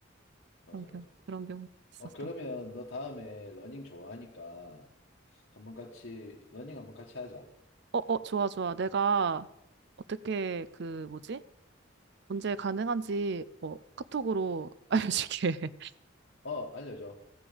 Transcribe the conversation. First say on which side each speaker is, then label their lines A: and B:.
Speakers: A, on the left (about 60°); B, on the right (about 60°).
A: 맞아,
B: 그런 경우
A: 맞아.
B: 그런 경우 있었어.
A: 어, 그러면 너 다음에 러닝 좋아하니까 한번 같이, 러닝 한번 같이 하자.
B: 어, 어, 좋아, 좋아. 내가 어떻게 그 뭐지? 언제 가능한지 어, 카톡으로 <laughs> 알려줄게.
A: 어, 알려줘.